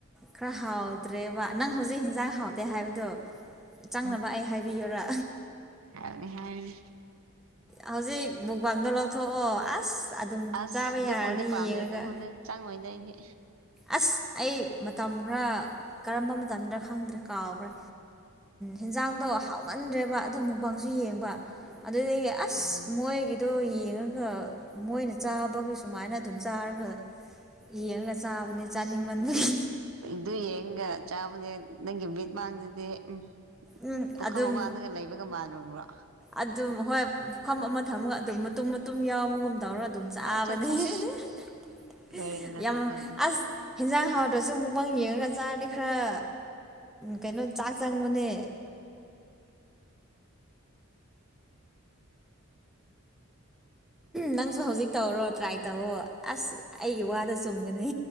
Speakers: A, in the centre; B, on the right.
A: ꯈ꯭ꯔ ꯍꯥꯎꯇ꯭ꯔꯦꯕ ꯅꯪ ꯍꯧꯖꯤꯛ ꯍꯦꯟꯖꯥꯡ ꯍꯥꯎꯇꯦ ꯍꯥꯏꯕꯗꯣ ꯆꯪꯅꯕ
B: ꯎꯝ
A: ꯑꯩ ꯍꯥꯏꯕꯤꯌꯨꯔꯥ
B: ꯍꯥꯏꯕꯅꯤ ꯍꯥꯏꯕꯅꯤ
A: ꯍꯧꯖꯤꯛ ꯃꯨꯛꯕꯥꯡꯗꯣ ꯂꯧꯊꯣꯛꯑꯣ ꯑꯁ ꯑꯗꯨꯝ
B: ꯑꯁ
A: ꯆꯥꯕ
B: ꯑꯗꯨꯒꯨꯝꯕꯗꯤ
A: ꯌꯥꯔꯅꯤ
B: ꯄꯥꯝꯗꯦ
A: ꯌꯦꯡꯉꯒ
B: ꯑꯗꯨꯒꯨꯝꯕꯗꯤ ꯆꯪꯉꯣꯏꯗ ꯑꯩꯒꯤ
A: ꯑꯁ ꯑꯩ ꯃꯇꯝ ꯈꯔ ꯀꯔꯝꯕ ꯃꯇꯝꯗ ꯈꯪꯗ꯭ꯔꯦ ꯀꯥꯎꯈ꯭ꯔꯦ ꯍꯤꯟꯖꯥꯡꯗꯣ ꯍꯥꯎꯃꯟꯗ꯭ꯔꯦꯕ ꯑꯗꯨ ꯃꯨꯛꯕꯥꯡꯁꯨ ꯌꯦꯡꯕ ꯑꯗꯨꯗꯒꯤ ꯑꯁ
B: ꯎꯝ
A: ꯃꯣꯏꯒꯤ ꯑꯗꯣ ꯌꯦꯡꯉꯒ ꯃꯣꯏꯅ ꯆꯥꯕꯒꯤ ꯁꯨꯃꯥꯏꯅ ꯑꯗꯨꯝ ꯆꯥꯔꯒ ꯌꯦꯡꯉ ꯆꯥꯕꯅꯦ ꯆꯤꯡ ꯃꯗꯔ
B: ꯗꯨ ꯌꯦꯡꯒ ꯆꯥꯕꯅꯦ ꯅꯪꯒꯤ ꯃꯤꯕꯤꯠ ꯃꯥꯡꯗꯗꯤ ꯎꯝ
A: ꯎꯝ
B: ꯄꯨꯈꯝ
A: ꯑꯗꯨꯝ
B: ꯃꯃꯥꯡꯗꯒ ꯂꯩꯕꯒ ꯃꯥꯟꯂꯨꯕ꯭ꯔꯣ
A: ꯑꯗꯨꯝ ꯍꯣꯏ ꯄꯨꯐꯝ ꯑꯃ ꯊꯝꯃꯒ ꯑꯗꯨꯝ ꯃꯇꯨꯝ ꯃꯇꯨꯝ ꯌꯥꯎꯕꯒꯨꯝ ꯇꯧꯔꯒ ꯑꯗꯨꯝ ꯆꯥꯕꯅꯤ
B: ꯆꯠ ꯆꯠ
A: <unintelligible>
B: ꯂꯣꯏꯔꯦꯗꯅ
A: ꯌꯥꯝ
B: ꯋꯥꯈꯜꯗꯤ
A: ꯑꯁ ꯍꯦꯟꯖꯥꯡ ꯍꯥꯎꯗꯁꯨ ꯃꯨꯛꯕꯥꯡ ꯌꯦꯡꯉꯒ ꯆꯥꯔꯗꯤ ꯈꯔ ꯀꯩꯅꯣ ꯆꯥꯛ ꯆꯪꯕꯅꯦ ꯅꯪꯁꯨ ꯍꯧꯖꯤꯛ ꯇꯧꯔꯣ ꯇ꯭ꯔꯥꯏ ꯇꯧꯔꯣ ꯑꯁ ꯑꯩꯒꯤ ꯋꯥꯗ ꯆꯨꯝꯒꯅꯤ